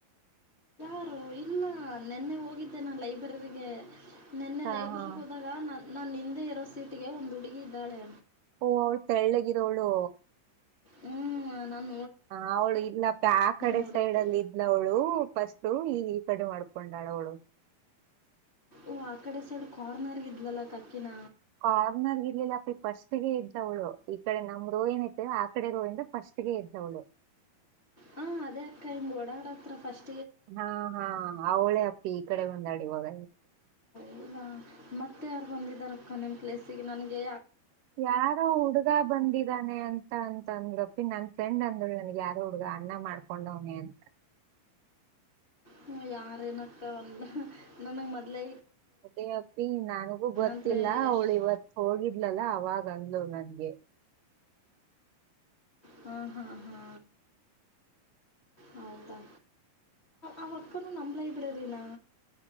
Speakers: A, on the left; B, on the right.
A: ಯಾರು ಇಲ್ಲ ನಿನ್ನೆ ಹೋಗಿದ್ದೆ ನಾ ಲೈಬ್ರೆರಿಗೆ ನಿನ್ನೆ
B: ಹಾ
A: ಲೈಬ್ರರಿಗೆ
B: ಹಾ
A: ಹೋದಾಗ ನಾನ ನಾನ್ ನಿಂದೆ ಇರೋ ಸೀಟಿಗೆ ಒಂದು ಹುಡುಗಿ ಇದ್ದಾಳೆ
B: ಓ ಅವ್ಳು ತೆಳ್ಳಗಿರೊ ಅವಳು
A: ಹ್ಮ್ ನನ್ನ
B: ಹ ಅವಳು ಇಲ್ಲಪ್ಪ ಆ ಕಡೆ
A: ನೋಡಿದ್ದೆ
B: ಸೈಡ್ ಅಲ್ಲಿ ಇದ್ನವಳು ಫಸ್ಟ್ ಈ ಈ ಕಡೆ ಮಾಡ್ಕೊಂಡಾಳ ಅವಳು
A: ಓ ಆ ಕಡೆ ಸಡ್ ಕಾರ್ನರ್ ಇದ್ಲಲ್ಲ ಕಕ್ಕಿನ
B: ಕಾರ್ನರ್ ಇರ್ಲಿಲ್ಲಪ ಫಸ್ಟ್ ಗೆ ಇದ್ದ ಅವಳು ಈ ಕಡೆ ನಮ್ ರೋ ಏನೈತೆೇವ ಆ ಕಡೆ ರೋ ಇಂದ್ರ ಫಸ್ಟ್ ಗೆ ಇದ್ದವಳು
A: ಹ ಅದೇ ಅಕ್ಕ ಹಿಂಗ ಓಡಾಡ ಹತ್ರ ಫಸ್ಟ್
B: ಹಾ ಹಾ ಅವಳೆ ಅಪ್ಪಿ ಈ ಕಡೆ ಹೊಂದಾಡಿ ಇವಾಗ
A: ಹೌದಾ ಮತ್ತೆ ಯಾರು ಬಂದಿದಾರ ಅಕ್ಕ ನಿಮ್ಮ ಪ್ಲೇಸಿಗೆ ನನ್ಗೆ
B: ಯಾರೋ ಹುಡುಗ ಬಂದಿದಾನೆ ಅಂತ ಅಂತ ಅಂದ್ರಪ್ಪ ನನ್ ಫ್ರೆಂಡ್ ಅಂದಳು ನನ್ಗೆ ಯಾರೋ ಹುಡುಗ ಅಣ್ಣ ಮಾಡ್ಕೊಂಡ್ವನಿ ಅಂತ
A: ಹ್ಮ ಯಾರೇನಕ್ಕ ಅಂದ ನನಂಗ ಮಾಡ್ಲೆ
B: ಅದೇ ಅಪ್ಪಿ ನನಗೂ ಗೊತ್ತಿಲ್ಲ
A: ಅಂದ್ರೆ ಎಷ್ಟು
B: ಅವ್ಳು ಇವತ್ ಹೋಗಿದ್ಲಲ್ಲ ಅವಾಗ <unintelligible> ನನಗೆ
A: ಹಾ ಹಾ ಹಾ ಹೌದಾ ಅವಕ್ಕನು ನಮ ಲೈಬ್ರರಿನ